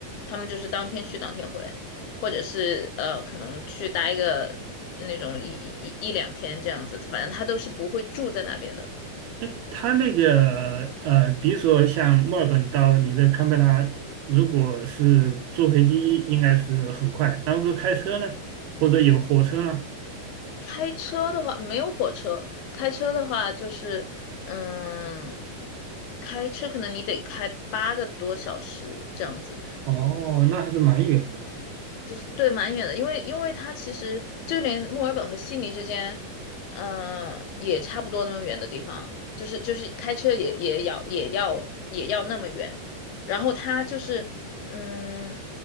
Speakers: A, on the left (about 80°); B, on the right (about 80°).
A: 他们就是当天去当天回，或者是呃可能去待个那种一一一一两天这样子，反正他都是不会住在那边的。
B: 哎，它那个呃，比如说像墨尔本到你的堪培拉，如果是坐飞机，应该是很快。然后说开车呢，或者有火车呢？
A: 开车的话没有火车，开车的话就是嗯，开车可能你得开八个多小时这样子。
B: 哦，那还是蛮远的
A: 就是对蛮远的，因为因为它其实就连墨尔本和悉尼之间，嗯、也差不多那么远的地方，就是就是开车也也要也要也要那么远，然后它就是嗯，